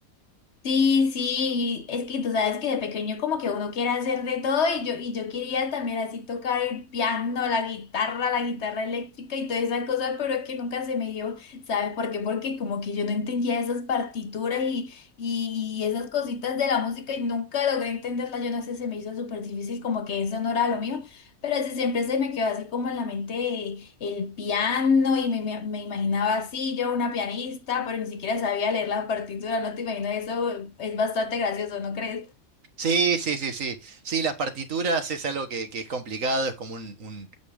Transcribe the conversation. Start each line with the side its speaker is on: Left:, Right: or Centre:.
Left: Sí, sí, es que tú sabes que de pequeño como que uno quiere hacer de todo y yo, y yo quería también así tocar el piano, la guitarra, la guitarra eléctrica y todas esas cosas, pero es que nunca se me dio, ¿sabes por qué? Porque como que yo no entendía esas partituras y, y esas cositas de la música y nunca logré entenderla, yo no sé, se me hizo súper difícil, como que eso no era lo mío, pero sí siempre se me quedó así como en la mente el piano y me, me- me imaginaba así, yo una pianista, pero ni siquiera sabía leer la partitura, no te imaginas, eso es bastante gracioso, ¿no crees?
Right: Sí, sí, sí, sí. Sí, las partituras es algo que, que es complicado, es como un, un-